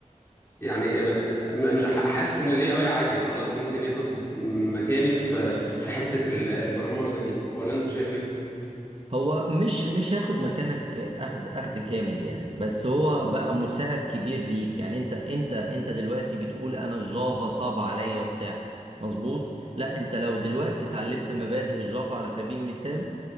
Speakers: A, on the left; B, on the right.
A: يعني م- مش ح- حاسس ان الاي اي عادي خلاص ممكن ياخد مكاني في في حته ال- البرمجه دي ولا انت شايف ايه
B: هو مش مش هياخد مكانك اخد اخد كامل يعني بس هو بقى مساعد كبير ليك يعني انت انت انت دلوقتي بتقول انا الجافا صعب عليا وبتاع مظبوط لا انت لو دلوقتي اتعلمت مبادئ الجافا على سبيل المثال